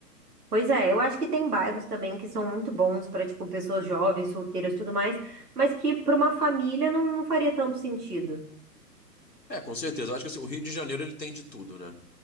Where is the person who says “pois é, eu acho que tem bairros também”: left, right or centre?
Right